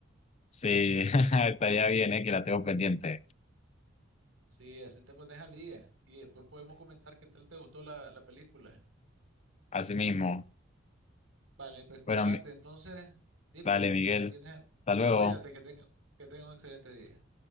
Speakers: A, on the left; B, on the right.
A: Sí, <laughs> estaría bien, ¿eh? Que la tengo pendiente.
B: Sí, así te pones al día. Y después podemos comentar qué tal te gustó la, la película.
A: <laughs> Así mismo.
B: Vale, pues cuídate.
A: Bueno, mi-
B: Entonces, dime,
A: dale, Miguel.
B: tienes,
A: Hasta luego.
B: cuídate que tenga, que tenga un excelente día.